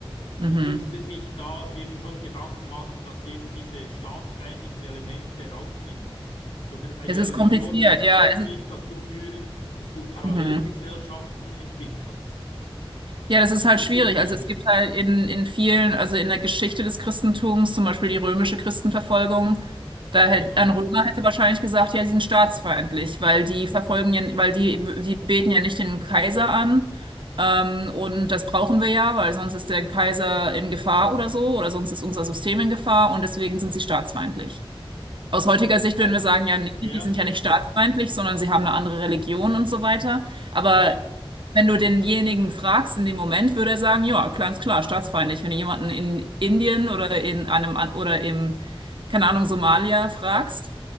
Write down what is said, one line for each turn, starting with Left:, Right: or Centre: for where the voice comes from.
Left: müsste
Right: Mhm.
Left: sich da eben schon Gedanken machen, dass sie eben diese staatsfeindlichen Elemente rausnimmt. Oder eine
Right: Es ist
Left: Religion
Right: kompliziert,
Left: dürfte
Right: ja.
Left: auch
Right: Es ist,
Left: nicht dazu führen, dass du Parallelgesellschaften
Right: mhm.
Left: entwickelst.
Right: Ja, das ist halt
Left: Weißt
Right: schwierig.
Left: du, wie ich meine?
Right: Also es gibt halt in, in vielen, also in der Geschichte des Christentums, zum Beispiel die römische Christenverfolgung, da
Left: Ja,
Right: hätte,
Left: genau.
Right: ein Römer hätte wahrscheinlich gesagt, ja, die sind staatsfeindlich, weil die verfolgen ja, weil die, die beten ja nicht den Kaiser an. Ähm, und das brauchen wir ja, weil sonst ist der Kaiser in Gefahr oder so, oder sonst ist unser System in Gefahr und deswegen sind sie staatsfeindlich. Aus heutiger Sicht
Left: Ja,
Right: würden wir
Left: das,
Right: sagen, ja, nee,
Left: ja,
Right: die sind ja nicht staatsfeindlich, sondern sie haben eine andere Religion und so weiter. Aber
Left: ja.
Right: wenn du denjenigen fragst in dem Moment, würde er sagen, ja, klar, ist klar, staatsfeindlich. Wenn du jemanden in Indien oder in einem an- oder im, keine Ahnung, Somalia fragst,